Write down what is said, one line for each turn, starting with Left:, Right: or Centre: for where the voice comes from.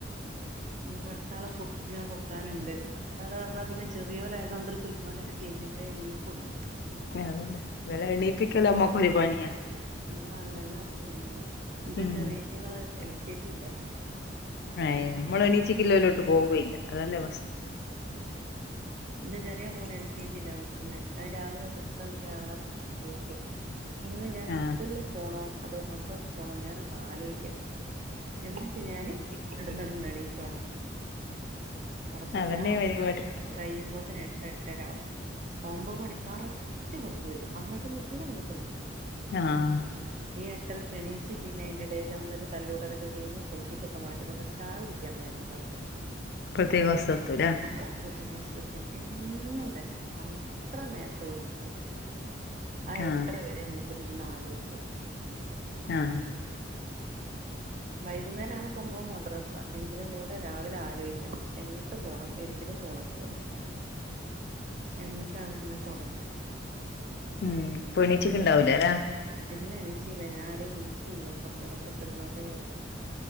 Right: ഇനിയിപ്പോ അടുത്താള കുത്തി പോക്കാനുണ്ട് അടുത്താള് പറഞ്ഞാ പിന്നെ ചെറിയൊൻ ആയതുകൊണ്ട് ഒരു പുൽമാലൊക്കെ കഴിഞ്ഞു ദേനീ കൊണ്ടു.
Left: അതന്നെ വെല എണ്ണി. ഓക്കൊരു പണിയ.
Right: അള്ളാ വല്ലാത്തൊരു പണി. ന്റെ
Left: ഉം
Right: ചെറിയീറ്റങ്ങള് എൽ കെ ജില.
Left: ഏയ്, നമ്മളെ നീച്ചക്കില്ലോലോട്ട് പോവുവെ ഇല്ല. അതല്ലേ വസ്.
Right: ആഹ്, ന്റെ ചെറിയ മോന് എൽ കെ ജിയില പ ചിന്നെ, അതി രാവിലെ വുൾച് ഒണത്തിയാ ആ <unintelligible> ഇന്ന് ഞാന്
Left: ആഹ്
Right: സ്കൂളിൽ പോണോ.? അതോ മദ്രാസ് പോണോ ഞാനൊന്ന് ആലോയിക്കട്ടെ. എന്നിട്ട് ഞാന്. കടന്ന് കടന്ന് എണീച്ചോളം ആയിട്ടും പടച്ചോനെ
Left: അതന്നെ
Right: ആ
Left: പരിപാടി
Right: <unintelligible> കയുമ്പോത്തിന് എട്ട് എട്ടരാവും. ഒമ്പത് മണി ക്കറക്റ്റ് ബസ്സ് വരും. അങ്ങട്ടും നിക്കൂല. ഇങ്ങട്ടും നിക്കൂല
Left: ആഹ്.
Right: ഈ എട്ടൻ എണീച്ച് പിന്നയിന്റെ ടേലൊന്നൊരു തല്ലൂടലൊക്കെ കഴിഞ്ഞ് കുളിപ്പിച്ചൊക്കെ മാറ്റി. ട്ട്പോന്ന് ചായുടിക്കാ നേരണ്ടാവൂല.
Left: ഇപ്പഴത്തേക്ക്
Right: <unintelligible>
Left: ബസ് എത്തൂലേ
Right: പു <unintelligible> വർശത്തിന് എന്നും ഇതന്ന <unintelligible> എത്ര നേരത്തെ വിളിച്ചിട്ടും കാര്യല്ല. ആ
Left: ആഹ്
Right: എട്ടരവരെ മൂപ്പര് ഇരുന്ന് ആലോയിച്ചോളു
Left: ആഹ്.
Right: വൈകുന്നേരാണ് സംഭവം മദ്രസ. എങ്കിലും കൂടെ രാവിലെ ആലോയിക്കണം എങ്ങ് ട്ട് പോണം എന്തിനു പോണം ന്നുള്ളത്. എന്നിട്ടാണ് പിന്നെ തൊടങ്ങ.
Left: ഉം, പ്പണീച്ചക്ക്ണ്ടാവൂലല്ലേ.
Right: ഇല്ല, എണീച്ചീല്ല ഞാ ആരെയും വിളിച്ചീല്ല. കൊറച്ചേരം കൂടെ കിടന്നോട്ടേ ചാര്ച്ചിട്ട്.